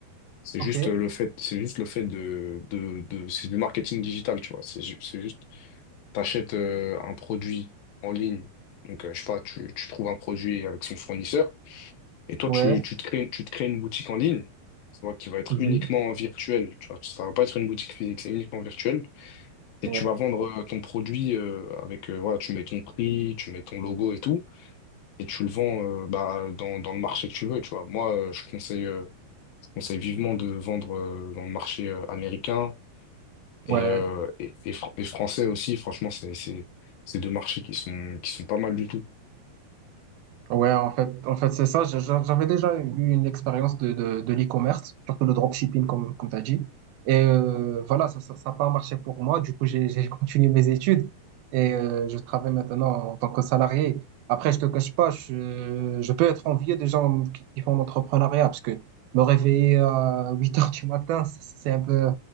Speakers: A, on the left; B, on the right.
A: C'est
B: Ok,
A: juste le fait, c'est juste le fait de, de, de- c'est du marketing digital, tu vois. C'est, ju- c'est juste, t'achètes euh, un produit en ligne. Donc, euh, je sais pas, tu, tu trouves un produit avec son fournisseur et toi,
B: ouais,
A: tu, tu te crées, tu te crées une boutique en ligne, tu vois, qui va être
B: mhm,
A: uniquement virtuelle, tu vois. Ça va pas être une boutique physique, c'est uniquement virtuel. Et
B: ouais,
A: tu vas vendre euh, ton produit euh, avec, euh, voilà, tu mets ton prix, tu mets ton logo et tout, et tu le vends euh, bah, dans, dans le marché que tu veux, tu vois. Moi, euh, je conseille. euh, conseille vivement de vendre euh, dans le marché euh, américain et,
B: ouais.
A: euh, et, et fr- et français aussi. Franchement, c'est, c'est, c'est deux marchés qui sont, qui sont pas mal du tout.
B: Ouais, en fait, en fait, c'est ça. J'ai- j'ai- J'avais déjà eu une expérience de, de, de l'e-commerce, surtout le dropshipping, comme, comme tu as dit. Et euh, voilà, ça, ça, ça n'a pas marché pour moi. Du coup, j'ai, <laughs> j'ai continué mes études et euh, je travaille maintenant en tant que salarié. Après, je te cache pas, je, je peux être envié des gens qui, qui font l'entrepreneuriat parce que me réveiller à 8 heures du matin, c'est c'est un peu